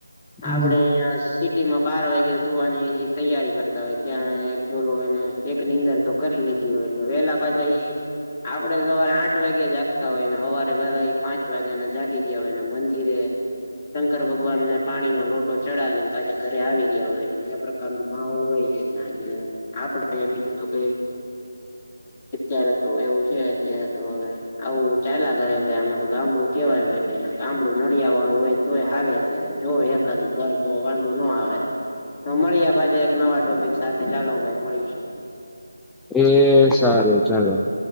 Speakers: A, in the centre; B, on the left (about 30°).
A: હમ
B: આપડે- અહં સિટી માં બાર વાગે જોવાની તૈયારી કરતા હોય ત્યાં એક જોલો એ- એક નીંદર તો કરી લીધી હોય એટલે વેલા બાજા એ- આપડે સવારે આઠ વાગે જાગતા હોય ને સવારે વેલા પાંચ વાગ્યાને જાગી ગયા હોય ને મંદિરે- શંકર ભગવાનને પાણીનોો લોટો ચડાવીને પાછા ઘરે આવી ગયા હોય એટલે- ન માહોલ હોય છે. ત્યા આપડે બીજું તો કઈ ત્યારે- તો એવું છે. અત્યારે તો હવે- આવું ચાલા કરે આમાં તો ગામડું કેવાય ભ ગામડું નળિયા વાળું હોય તોય હાલે- અત્યારે જો એકાદું ઘર તો વાંધો ના આવે- તો મળીએ પાજે એક નવા ટોપિક સાથે ચાલો ભાઈ મળીશું-
A: એ સારું ચાલો-